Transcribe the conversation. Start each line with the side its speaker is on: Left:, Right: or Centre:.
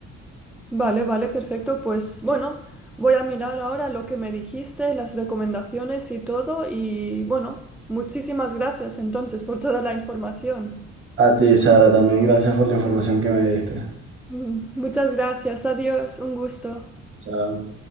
Centre: vale, vale, perfecto. Pues bueno, voy a mirar ahora lo que me dijiste, las recomendaciones y todo. Y bueno, muchísimas gracias entonces por toda la información. <laughs>
Right: A ti, Sara, también gracias por la información que me diste.
Centre: Mm, Muchas gracias, adiós, un gusto.
Right: Chao.